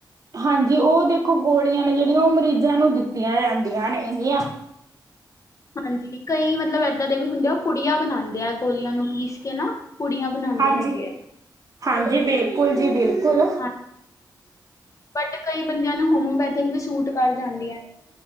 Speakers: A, on the right; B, on the left.
A: ਹਾਂਜੀ ਉਹ ਦੇਖੋ ਗੋਲੀਆਂ ਨੇ ਜਿਹੜੀਆਂ ਉਹ ਮਰੀਜ਼ਾਂ ਨੂੰ ਦਿੱਤੀਆਂ ਜਾਂਦੀਆਂ ਨੇ ਹੈਗੀਆਂ।
B: ਹਾਂਜੀ ਕਈ ਮਤਲਬ ਏਦਾਂ ਦੇ ਵੀ ਹੁੰਦੇ ਆ ਪੁੜੀਆਂ ਬਣਾਦੇ ਆ ਗੋਲੀਆਂ ਨੂੰ ਪੀਸ ਕੇ ਨਾ ਪੁੜੀਆਂ ਬਣਾਉਂਦੇ
A: ਹਾਂਜੀ,
B: ਹੈਗੇ
A: ਹਾਂਜੀ ਬਿਲਕੁਲ ਜੀ, ਬਿਲਕੁਲ।
B: ਆ ਬਟ ਕਈ ਬੰਦਿਆਂ ਨੂੰ ਹੋਮਓਪੈਥਿਕ ਵੀ ਸੂਟ ਕਰ ਜਾਂਦੀਆ।